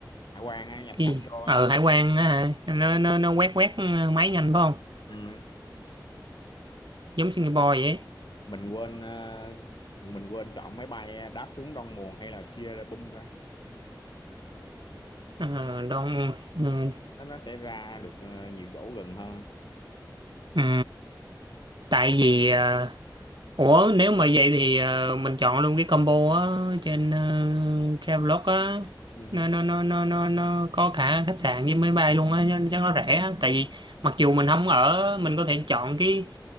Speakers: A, on the left (about 75°); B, on the right (about 80°).
A: hải quan á, nhập
B: cái
A: cảnh
B: gì
A: vô
B: ở
A: á
B: hải quan á hả nó nó nó quét quét ờ, máy nhanh phải không
A: ừ.
B: giống Singapore vậy
A: mình quên ờ, mình quên chọn máy bay đáp xuống Đông Muồn hay là Sierra Bum ra
B: Ờ, Đông ừ,
A: nó nó sẽ ra được ờ, nhiều chỗ gần hơn
B: ừ. tại vì ờ, Ủa nếu mà vậy thì ờ, mình chọn luôn cái combo á trên uh, Travelog á
A: ừ.
B: nó nó nó nó nó nó có cả khách sạn với máy bay luôn á chắc nó rẻ á. tại vì mặc dù mình không ở mình có thể chọn cái